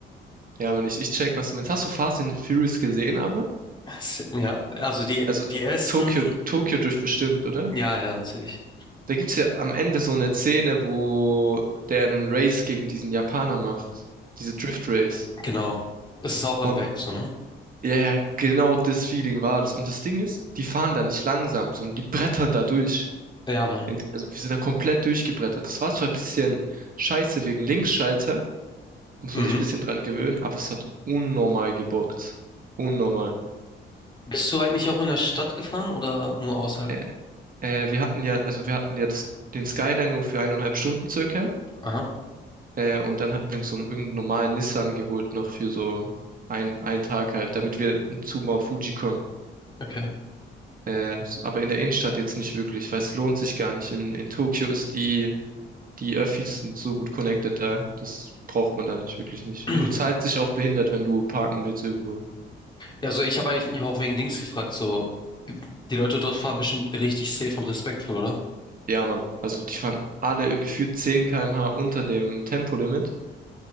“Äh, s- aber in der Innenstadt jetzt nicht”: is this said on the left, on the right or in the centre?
Right